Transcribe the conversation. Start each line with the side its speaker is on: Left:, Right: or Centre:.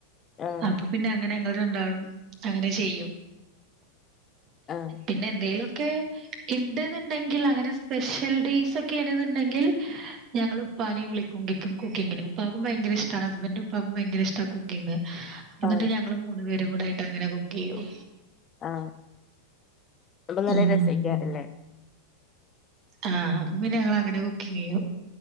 Left: ആഹ്
Right: അപ്പൊ പിന്നെ അങ്ങനെ ങ്ങൾ രണ്ടാളും അങ്ങനെ ചെയ്യും.
Left: ആഹ്
Right: പിന്നെ എന്തെങ്കിലും ഒക്കെ ഇണ്ട്ന്നുണ്ടെങ്കിൽ അങ്ങനെ സ്പെഷ്യൽ ഡെയ്സ്ഒക്കെ ആണെന്നുണ്ടെങ്കിൽ ഞങ്ങള് ഉപ്പാനെ വിളിക്കും കുക്കിങ്ങിനും ഉപ്പക്കും ഭയങ്കര ഇഷ്ടമാണ് ഹസ്ബൻഡു ഉപ്പാക്കും ഭയങ്ക ഇഷ്ടമാണ് കുക്കിംഗ് എന്നിട്ട്
Left: ആഹ്
Right: ഞങ്ങൾ മൂന്ന് പേരും കൂടെ അങ്ങനെ കുക്ക് ചെയ്യും
Left: ആ അപ്പം നല്ല
Right: ഉം
Left: രസേയ്ക്കാരം ല്ലേ?
Right: ആഹ് പിന്നെ ഞങ്ങൾ അങ്ങനെ കുക്കിങ് ചെയ്യും